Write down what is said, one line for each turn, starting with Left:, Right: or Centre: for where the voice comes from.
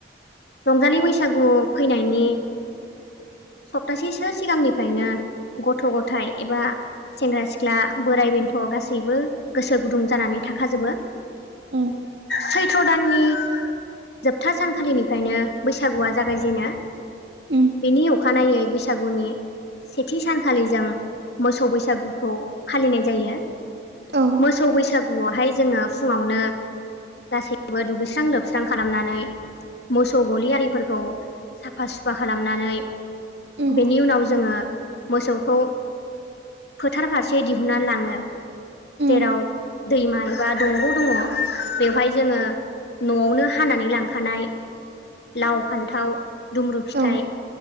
Left: रंजालि बैसागु फैनायनि सप्तासेसो सिगांनिफ्रायनो गथ' गथाइ एबा सेंग्रा सिख्ला बोराइ बेन्थ' गासैबो गोसो गुदुं जानानै थाखाजोबो।
Right: उम
Left: सैथ्र' दाननि जोबथा सानखालिनिफ्रायनो बैसागुआ जागायजेनो।
Right: उम
Left: बिनि अखानायै बैसागुनि सेथि सानखालि जों मोसौ बैसागुखौ फालिनाय जायो।
Right: औ
Left: मोसौ बैसागुआवहाय जोङो फुङावनो गासैबो दुगैस्रां लोबस्रां खालामनानै मोसौ गलि आरिफोरखौ साफा सुफ साफा खालामनानै
Right: उम
Left: बेनि उनाव जोङो मोसौखौ फोथार फारसे दिहुननानै लाङो।
Right: उम
Left: जेराव दैमा एबा दंग' दङ बेवहाय जोङो न'आवनो हानानै लांखानाय लाव, फान्थाव, दुम्रु थाय
Right: औ